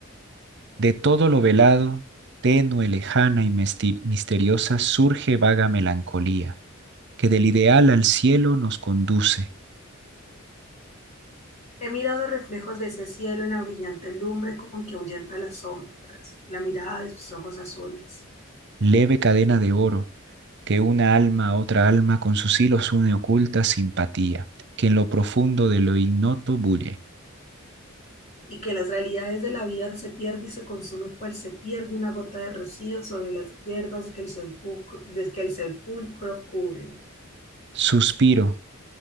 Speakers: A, on the right; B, on the left.
A: de todo lo velado, tenue, lejana y misteriosa, surge vaga melancolía, que del ideal al cielo nos conduce,
B: He mirado reflejos de ese cielo en la brillante lumbre con que ahuyenta las sombras, la mirada de sus ojos azules.
A: leve cadena de oro que una alma a otra alma con sus hilos une oculta simpatía, que en lo profundo de lo ignoto bulle.
B: y que las realidades de la vida se pierde y se consume cual se pierde una gota de rocío sobre las hierbas que el sepulcro, de que el sepulcro cubren.
A: Suspiro